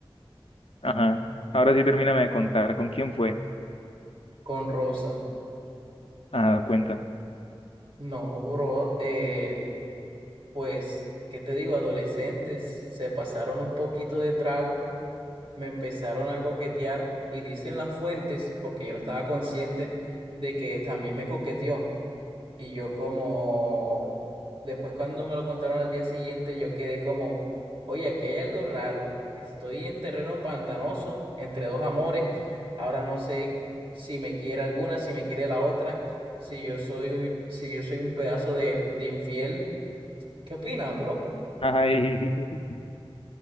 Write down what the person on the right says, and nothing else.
con Rosa.
No, bro. eh, pues, ¿qué te digo? Adolescentes se pasaron un poquito de trago, me empezaron a coquetear y dicen las fuentes, porque yo no estaba consciente de que también me coqueteó. Y yo como, después cuando me lo contaron al día siguiente, yo quedé como, oye, aquí hay algo raro. Estoy en terreno pantanoso, entre dos amores. Ahora no sé si me quiere alguna, si me quiere la otra, si yo soy un, si yo soy un pedazo de, de infiel. ¿Qué opinas, bro?